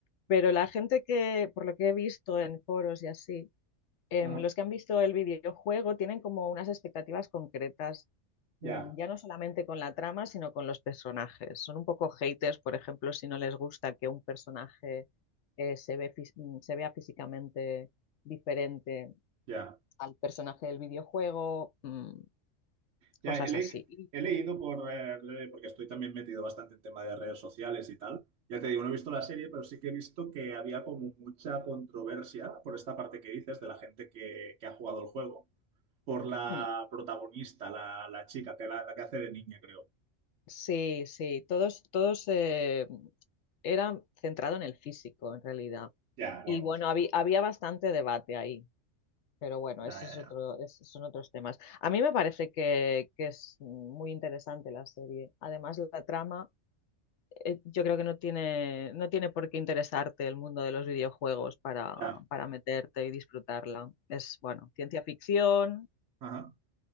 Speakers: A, on the left; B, on the right.
A: Pero la gente que, por lo que he visto en foros y así, em,
B: Ajá.
A: los que han visto el videojuego tienen como unas expectativas concretas,
B: Ya,
A: mm, ya no solamente con la trama, sino con los personajes. Son un poco haters, por ejemplo, si no les gusta que un personaje eh, se ve fis- mm, se vea físicamente diferente
B: ya.
A: al personaje del videojuego, mm,
B: Ya
A: cosas
B: he, le-
A: así.
B: he leído por eh, re- porque estoy también metido bastante en tema de redes sociales y tal. Ya te digo, no he visto la serie, pero sí que he visto que había como mucha controversia por esta parte que dices de la gente que que ha jugado el juego por la
A: Mm.
B: protagonista, la, la chica, que la, la que hace de niña, creo.
A: Sí, sí, todos, todos eh, era centrado en el físico en realidad.
B: Ya, bueno.
A: Y bueno, había, había bastante debate ahí, pero bueno,
B: Ya,
A: esos
B: ya,
A: es otro,
B: ya.
A: esos son otros temas. A mí me parece que, que es muy interesante la serie. Además, la trama, eh, yo creo que no tiene, no tiene por qué interesarte el mundo de los videojuegos para,
B: Ya.
A: para meterte y disfrutarla. Es, bueno, ciencia ficción
B: Ajá.